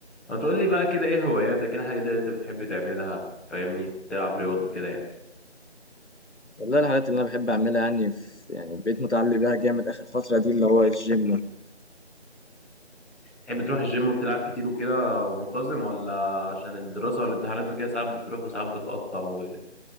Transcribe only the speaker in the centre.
ما تقول لي بقى كده ايه هواياتك ايه الحاجات اللي انت بتحب تعملها فاهمني تلعب رياضة كده يعني
تحب تروح الجيم وبتلعب كتير وكده ومنتظم ولا عشان الدراسة والامتحانات وكده ساعات بتروح وساعات بتقطع و...